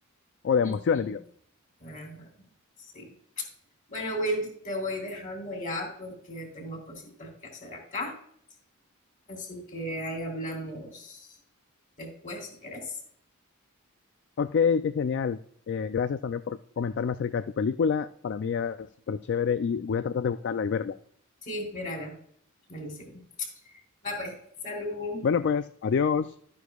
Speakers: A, on the left (about 55°); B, on the left (about 40°).
A: o de
B: Ujú.
A: emociones, digamos.
B: Ajá, sí. Bueno, Will, te voy dejando ya porque tengo cositas que hacer acá. Así que ahí hablamos después si querés.
A: Ok, qué genial. Eh, gracias también por comentarme acerca de tu película. Para mí es súper chévere y voy a tratar de buscarla y verla.
B: Sí, mírala. Buenísimo. Va pues, salud.
A: Bueno, pues, adiós.